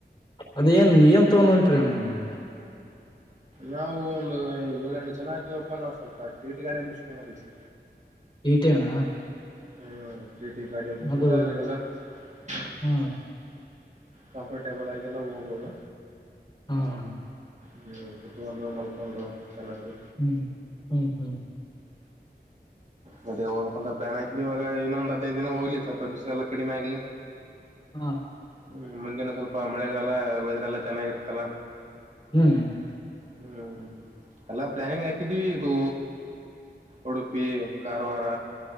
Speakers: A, on the left; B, on the right.
A: ಅದ ಏನ್ ಏನ್ ತೊೊಂಡ ಹೊಂಟ್ರಿ ಅಣ್ಣ ನೀಗ
B: ನಾವು ಒಂದು ಏಳ ಎಂಟು ಜನ ಆಯ್ತವಪ್ಪಾ ನಾ ಸ್ವಲ್ಪ ಟೀಟಿ ಗಾಡೆ ಮುಸಕ ಮಾಡಿದವಿ
A: ಟಿ ಟಿ ಅಣ್ಣ
B: ಹ್ಮ ಟಿಟಿ ಗಾಡಿಯ ಮುಚ್ಚಿದ್ರಗೆಲ್ಲ
A: ಅದು
B: ಹ್ಮ
A: ಹಾ
B: ಕಂಫರ್ಟೇಬಲ್ ಆಗಿ ಎಲ್ಲ ಹೋಗ್ಬೋದು
A: ಹಾ ಅಣ್ಣ
B: ಹ್ಮ್ ಕುತ್ಕೊಂಡ್ರು ಮಲ್ಕೊಂಡ್ರು ಚೆನ್ನಾಗಿ
A: ಹ್ಮ್ ಹ್ಮ್ ಹ್ಮ್
B: ಮತ್ತೆ ಹೋಗ್ಬೇಕ ಅಂತ ಪ್ಲಾನ್ ಹಾಕಿದಿವ್ ಇವಾಗ ಇನ್ನೊಂದ ಹದ್ನೈದಿನ ಹೋಗ್ಲಿ ಸ್ವಲ್ಪ ಬಿಸ್ಲೆಲ್ಲ ಕಡಿಮೆ ಆಗ್ಲಿ
A: ಹಾ
B: ಹ್ಮ್ ಮುಂದಿನ ಸ್ವಲ್ಪ ಮಳೆಗಾಲ ವೆದರ್ ಎಲ್ಲ ಚೆನ್ನಾಗಿರುತ್ತಲ್ಲ
A: ಹು ಹ್ಮ್ ಹ್ಮ್
B: ಹ್ಮ್ ಅಲ್ಲ ಪ್ಲಾನಿಂಗ್ ಹಾಕಿದ್ದೀವಿ ಇದು ಉಡುಪಿ ಕಾರ್ವಾರ